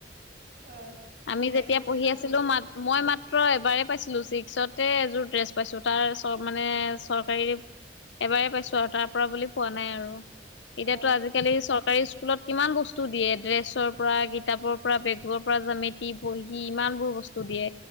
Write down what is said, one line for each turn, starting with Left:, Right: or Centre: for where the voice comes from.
Left: <inaudible>
Right: এতিয়া
Left: আমি যেতিয়া
Right: এক মেচিনৰ
Left: পঢ়ি আছিলো
Right: ফ্ৰী।
Left: ম- মই মাত্ৰ এবাৰে পাইছিলো ছিক্সতে এযোৰ ড্ৰেছ পাইছো তাৰ চত মানে চত <unintelligible> এবাৰ পাইছো আৰু তাৰ পৰা বুলি পোৱা নাই আৰু এতিয়াতো
Right: অ',
Left: আজিকালি চৰকাৰী স্কুলত কিমান বস্তু দিয়ে ড্ৰেছৰ পৰা কিতাপৰ পৰা বেগৰ পৰা জামেটি বহি ইমানবোৰ ব বস্তু দিয়ে